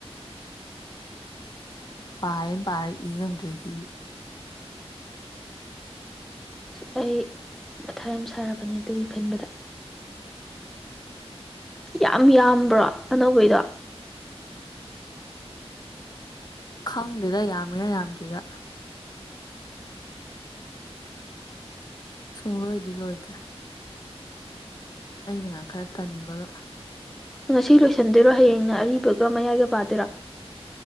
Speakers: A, on the left; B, in the centre.
A: ꯄꯥꯟ ꯄ ꯏ ꯉꯗꯤ
B: ꯑꯩ ꯈ ꯌꯥꯝ ꯁꯥꯔꯛꯄꯅꯦ ꯑꯗꯨꯒꯤ ꯈꯟꯕꯗ ꯌꯥꯝ ꯌꯥꯝꯕ꯭ꯔꯣ ꯑꯅꯧꯕꯩꯗꯣ
A: ꯈꯪꯗꯦꯗ ꯌꯥꯝꯃꯤꯔꯥ ꯌꯥꯝꯗ꯭ꯔꯤꯔꯥ ꯁꯨꯡꯂꯣꯏꯗꯤ ꯂꯣꯏꯗ꯭ꯔꯦ ꯑꯩꯅꯒ ꯈꯔ ꯇꯟꯕꯒ
B: ꯉꯁꯤ ꯂꯣꯏꯁꯤꯟꯗꯣꯏꯔꯣ ꯍꯌꯦꯡꯅ ꯑꯔꯤꯕꯒ ꯃꯌꯥꯏꯒ ꯄꯥꯗꯣꯏꯔꯥ